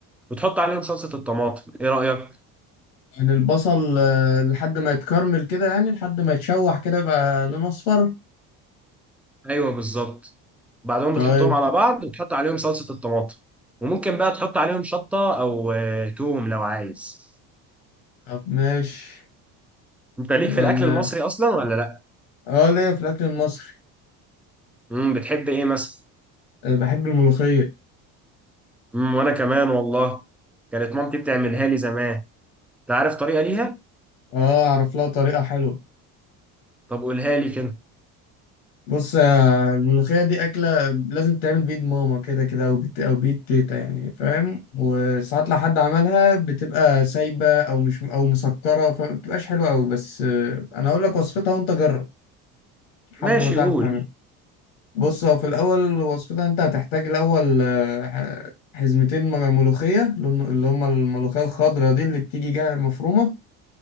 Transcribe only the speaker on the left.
يعني البصل آه، لحد ما يتكرمل كده يعني لحد ما يتشوح كده يبقى لونه اصفر
طيب
طب ماشي
يبقى
ن-
اه ليا في الاكل المصري
آه، بحب الملوخيه
اه اعرف لها طريقة حلوة
بص آه، الملوخية دي أكلة لازم تعمل بيد ماما كده كده أو بت... أو بيد تيتا يعني فاهم وساعات لو حد عملها بتبقى سايبة أو مش أو مسكرة فمبتبقاش حلوة أوي بس آه، أنا أقول لك وصفتها وأنت جرب لحد
ما تعرف
تعملها بص هو في الأول وصفتها أنت هتحتاج الأول آه، ح- حزمتين ملوخية لأن- اللي هم الملوخية الخضراء دي اللي بتيجي جاية مفرومة